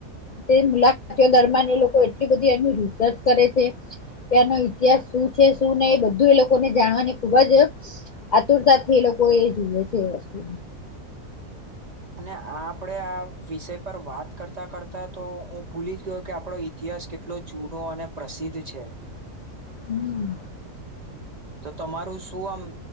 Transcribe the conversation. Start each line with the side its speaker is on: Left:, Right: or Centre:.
Left: તે મુલાકાતીઓ દરમિયાન એ લોકો એટલી બધી એનું રિસર્ચ કરે છે કે આનો ઇતિહાસ શું છે શું નહી બધું એ લોકોને જાણવાની ખુબ જ આતુરતાથી એ લોકો એ જુએ છે એ વસ્તુ
Right: અને આ આપણેે આ વિષય પર વાત કરતા કરતા તો હું ભૂલી જ ગયો કે આપડો ઇતિહાસ કેટલો જૂનો અને પ્રસિદ્ધ છે
Left: હમ
Right: તો તમારું શું આમ